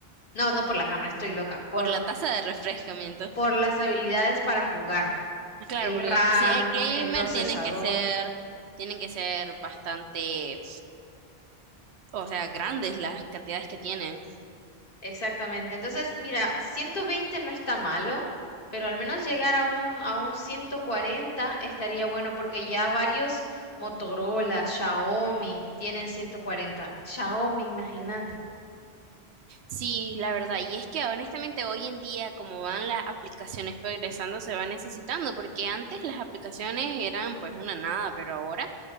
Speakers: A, on the left; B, on the right.
A: No, no por la cámara, estoy loca. Por,
B: Por la tasa de refrescamiento.
A: por las habilidades para jugar.
B: Ah, Claro,
A: El
B: porque
A: RAM,
B: si es gamer,
A: el procesador.
B: tienen que ser, tienen que ser bastante, o sea, grandes las cantidades que tienen.
A: Exactamente. Entonces, mira, 120 no está malo, pero al menos llegar a un, a un 140 estaría bueno porque ya varios Motorola, Xiaomi tienen 140. Xiaomi, imagínate.
B: Sí, la verdad. Y es que honestamente hoy en día, como van las aplicaciones progresando, se va necesitando, porque antes las aplicaciones eran pues una nada, pero ahora